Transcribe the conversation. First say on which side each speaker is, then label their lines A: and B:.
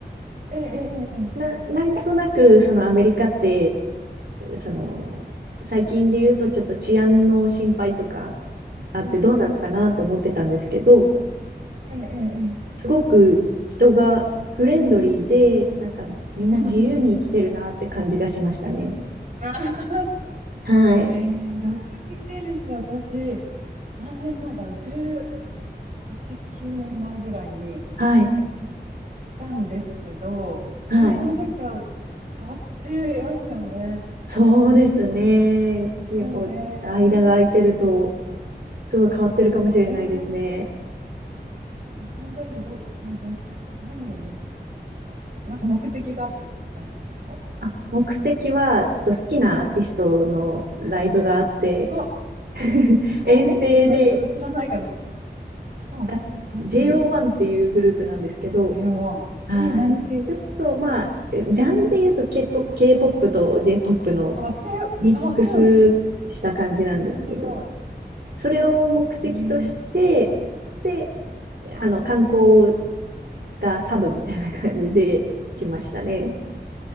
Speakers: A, on the right; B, on the right.
A: ええええええ
B: な、なんとなく、そのアメリカってその、最近で言うとちょっと治安の心配とか
A: そうですよね。
B: あってどうなのかなって思ってたんですけど、
A: ええ、ええ、ええ。
B: すごく人がフレンドリーで、なんかみんな自由に生きてるなって感じがしましたね。
A: うんうんうん。あー <laughs>
B: はい。
A: ええ、ロサンゼルス、私、何年前だろう、18、9年前ぐらいに
B: はい。
A: 行ったんですけど、
B: はい。
A: 多分その時とは変わってますよね。
B: そうですね。
A: で
B: 結構、
A: すよね。
B: 間が空いてると、
A: ええ、
B: すごい変わってるかもしれないですね。
A: ですよね。ええ、ロサンゼルスど、のど、何を見、行かれますなんか目的があって行かれたんですか
B: あ、目的は、ちょっと好きなアーティストのライブがあって
A: あ、
B: <laughs> 遠征で
A: ええ、え、だ知らないかな。あ、
B: あ
A: なんていう。
B: JO1 っていうグループなんですけど、
A: K1。
B: はい。
A: えー、何系ですか
B: ちょっとまあ、えジャンルで言うと K-POP、k ポップと J-POP の
A: あ、K、
B: ミックスした感じなんですけど、
A: あ、そうなんです。面白い。
B: それを目的として、
A: えー、
B: で、あの、観光がサブみたいな感じで来ましたね。